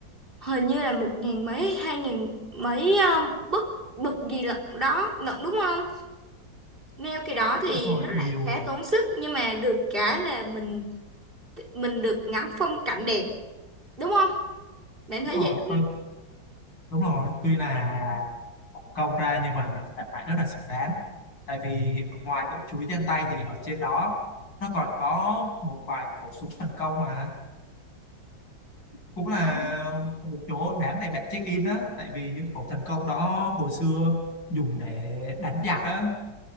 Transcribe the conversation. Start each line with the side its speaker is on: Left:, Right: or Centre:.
Right: hình như là một ngàn mấy, hai ngàn mấy um, bậc bậc gì lận đó lận đúng không? neo cái đó thì
Left: đúng rồi
Right: nó
Left: nhiều
Right: lại khá tốn sức nhưng mà được cái là mình mình được ngắm phong cảnh đẹp đúng không? Bạn
Left: đúng
Right: thấy
Left: rồi
Right: vậy đúng không?
Left: đúng rồi tuy là công ra nhưng mà mình cảm thấy rất là xứng đáng tại vì ngoài tự chuối trên tay thì ở trên đó nó còn có một vài khẩu súng thần công mà cũng là
Right: À,
Left: một chỗ đáng để bạn check in á tại vì những khẩu thần công đó hồi xưa dùng để đánh giặc á